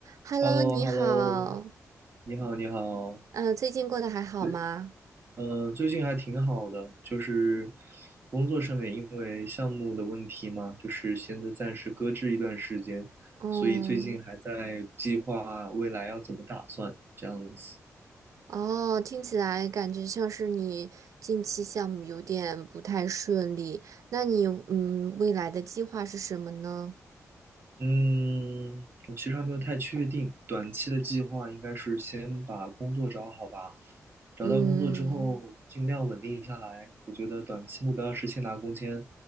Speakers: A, on the right; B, on the right.
A: Hello，
B: h e l l
A: 你好，
B: o h e l l o 你好，你好，
A: 嗯，最近过得还好吗？
B: 对，呃，最近还挺好的，就是工作上面因为项目的问题嘛，就是现在暂时搁置一段时间，
A: 嗯，
B: 所以最近还在计划未来要怎么打算这样子。
A: 哦，听起来感觉像是你近期项目有点不太顺利，那你嗯未来的计划是什么呢？
B: 嗯，我其实还没有太确定，短期的计划应该是先把工作找好吧，找到工作之后尽量稳定下来。
A: 嗯，
B: 我觉得短期目标是先拿工签，